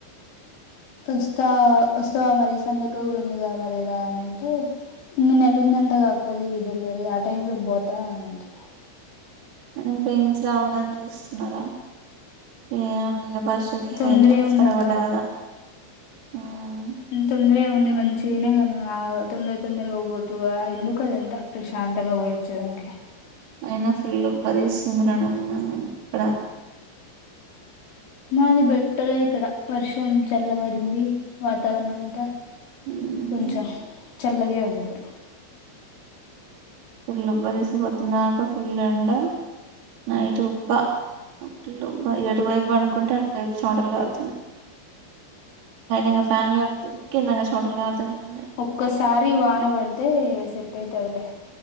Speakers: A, on the left; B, on the right.
A: చూస్తా వస్తావా మరి సంధ్యక్క కూడా ఉందిగా మరి ఇడా అని అంటే ఇంకా నెల ఉందంటా కాదా అక్కది డెలివరీ ఆ టైమ్ లో పోతా అని అంటున్నారు
B: నం పెయిన్స్ రావాలని చూస్తున్నారా ఏమొ ఇంగ పస్టుది
A: తొందర
B: ఎట్లాయినా
A: ఏముందక్క
B: సరే పడ్డాకదా ఆహ్
A: ఉహ్ తొందరెం ఉంది మరి నుంచినే గను అగ్ తొందర తొందరగా బోతుగా ఎందుకు అదంత ప్రశాంతంగా పోయచ్చుదనికి
B: అయినా ఫుల్ ఉబ్బ దిసుందిరనాయన అక్కడ
A: మాది బెట్టరే ఇక్కడ వర్షం చల్లబడింది. వాతావరణం అంతా
B: ఉమ్
A: కొంచెం చల్లగే ఉంది ఇప్పుడు.
B: ఫుల్ ఉబ్బ తీసి పొద్దున్నాక. ఫుల్ ఎండ నైట్ ఉబ్బ ఫుల్ ఉబ్బ ఏటు వైపు పండుకుంటే, అటువైపు చెమటలు కార్ ఇంగ
A: ఉహ్మ్
B: ఫ్యాన్ కారుతుంది కిందంగా చెమటలు కారుతూనే ఉన్నాయి
A: ఒక్కసారి వానబడితే ఇగ సెట్ పోతదిలే